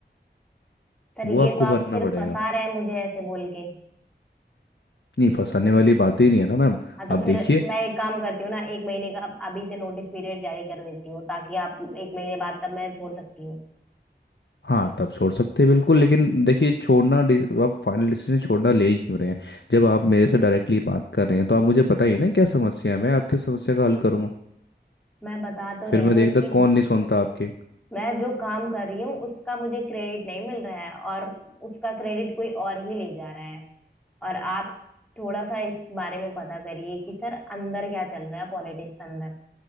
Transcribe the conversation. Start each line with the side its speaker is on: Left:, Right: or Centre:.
Centre: सर
Left: वो
Centre: ये
Left: आपको
Centre: तो आप
Left: भरना
Centre: फिर
Left: पड़ेगा
Centre: फंसा रहे हैं मुझे ऐसे बोल के
Left: नहीं फंसाने वाली बात ही नहीं है ना मैम
Centre: हाँ तो
Left: आप
Centre: फिर
Left: देखिए
Centre: मैं एक काम करती हूँ ना एक महीने का अब अभी से नोटिस पीरियड जारी कर देती हूँ ताकि आप एक महीने बाद तब मैं छोड़ सकती हूँ
Left: हाँ तब छोड़ सकते हैं बिल्कुल लेकिन देखिए छोड़ना डिस- आप फाइनल डिसीजन छोड़ना ले ही क्यों रहे हैं जब आप मेरे से डायरेक्टली बात कर रहे हैं तो आप मुझे बताइए ना क्या समस्या है मैं आपकी समस्या का हल करूंगा
Centre: मैं बता तो
Left: फिर
Centre: रही
Left: मैं
Centre: हूँ
Left: देखता
Centre: कि
Left: कौन नहीं सुनता आपके
Centre: मैं जो काम कर रही हूँ उसका मुझे क्रेडिट नहीं मिल रहा है और उसका क्रेडिट कोई और ही ले जा रहा है और आप थोड़ा सा इस बारे में पता करिए कि सर अंदर क्या चल रहा है पॉलिटिक्स अंदर